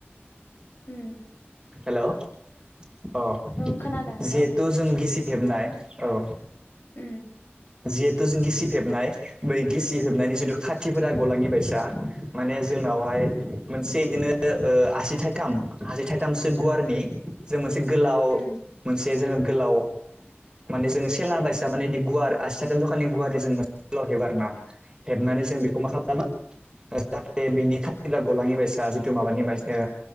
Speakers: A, on the left; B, on the right.
A: उम
B: हेल' अ
A: ओं
B: जिहेथु
A: खोनादों हेल'
B: जों गिसिब हेबनाय औ
A: उम
B: जिहेथु जों गिसिब हेबनाय बै गिसि हेबनायनि जिथु खाथिफोरा गलाङि बायसा माने जोंनावहाय मोनसे बिदिनो ओ आसि थाइथाम आसि थाइ- थामसो गुवार
A: उम
B: मोनसे गोलाव
A: उम
B: मोन- से जोङो गोलाव माने जोङो सेला बायसा माने बिदि गुवार आसि साथाम जखानि गुवारै जों मोनसे गोलाव हेबो आरोना हेबनानै जों बेखौ मा खालामो? जाहाथे बेनि खाथिफ्रा गलाङि बायसा जिथु माबानि बायसा